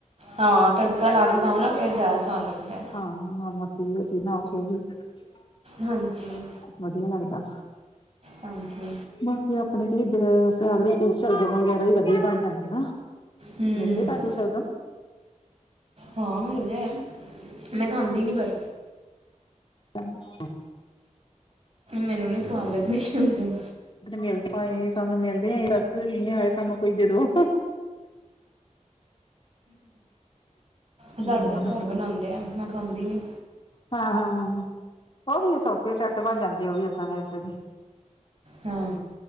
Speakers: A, on the right; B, on the left.
A: ਹਾਂ ਤੜਕਾ ਲਾ ਕੇ ਖਾਉ ਨਾ ਫੇਰ ਜ਼ਿਆਦਾ ਸਵਾਦ ਲੱਗਦਾ
B: ਹਾਂ ਠੀਕ-ਠੀਕ <unintelligible>
A: ਹਾਂਜੀ।
B: ਵਧੀਆ ਲੱਗਦਾ।
A: ਹਾਂਜੀ,
B: ਬਾਕੀ ਆਪਣੇ ਤੇ ਇੱਧਰ ਸਿਆਲ ਵਿੱਚ ਸ਼ਲਗਮ ਵਗੈਰਾ ਹੀ ਵਧੀਆ ਬਣ ਜਾਂਦੇ ਨਾ
A: ਹੂੰ,
B: ਮਿਲਦੇ ਤੁਹਾਡੇ ਸਲ਼ਗਮ
A: ਹਾਂ ਮਿਲਦੇ ਆ। ਮੈਂ ਖਾਂਦੀ ਨਹੀਂ ਪਰ
B: <inaudible>
A: ਮੈਨੂੰ ਨੀ ਸਵਾਦ ਲੱਗਦੇ ਸ਼ਲਗਮ।
B: ਮਿਲਦੇ ਆਏ ਸਾਨੂੰ ਮਿਲਦੇ ਆ ਰਸਦੇ ਕਹਦੇ ਆਏ ਸਾਨੂੰ ਕੋਈ ਦੇ ਦੋ
A: ਸਾਡੇ
B: ਹਾਂ
A: ਤਾਂ ਘਰ ਬਣਾਉਂਦੇ ਆ ਮੈਂ ਖਾਂਦੀ ਨੀ।
B: ਹਾਂ-ਹਾਂ। ਉਹ ਵੀ ਆ ਸੌਖੇ ਚੱਟ ਬਣ ਜਾਂਦੇ ਆ। ਉਹ ਵੀ ਏਦਾਂ ਵੈਸੇ ਵੀ
A: ਹਾਂ।